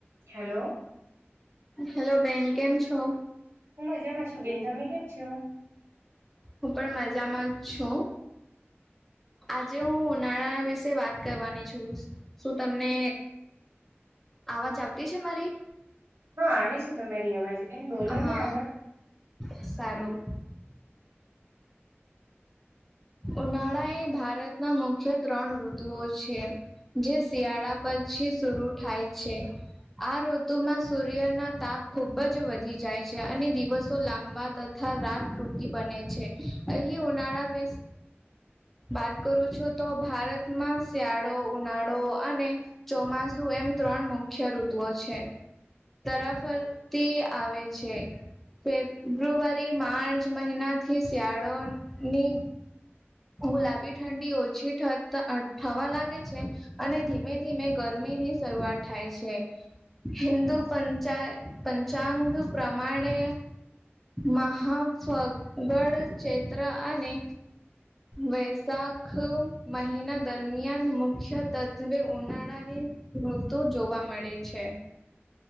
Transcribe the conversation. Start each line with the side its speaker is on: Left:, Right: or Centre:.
Right: Hello!
Centre: Hello બેન. કેમ છો?
Right: હું મજામાં છું બેન. તમે કેમ છો?
Centre: હું પણ મજામાં છું. આજે હું ઉનાળા વિશે કરવાની છું. શું તમને આવાજ આવતી છે મારી?
Right: હા આવે છે તમારી અવાજ બેન બોલો
Centre: હા
Right: ને આગળ
Centre: સારું. ઉનાળા એ ભારતમાં મુખ્ય ત્રણ ઋતુઓ છે. જે શિયાળા પછી સુરુ થાય છે. આ ઋતુમાં સૂર્યના તાપ ખુબ જ વધી જાય છે. અને દિવસો લાંબા. તથા રાત ટૂંકી બને છે. અહીં ઉનાળા વ વાત કરું છું, તો ભારતમાં શિયાળા ઉનાળો અને ચોમાસુ એમ ત્રણ મુખ્ય ઋતુઓ છે. તરાફરતી આવે છે. ફેબ્રુઆરી, માર્ચ મહિના થી શિયાળોની, ગુલાબી ઠંડી ઓછી થ થવા લાગે છે. અને ધીમે ધીમે ગરમીની શરૂઆત થાય છે, હિન્દુ. પંચા પંચાંગ પ્રમાણે. મહાફગડ ક્ષેત્ર અને, વૈશાખ મહિના દરમિયાન મુખ્ય તત્ત્વે ઉનાળાની. ઋતુ જોવા મળે છે.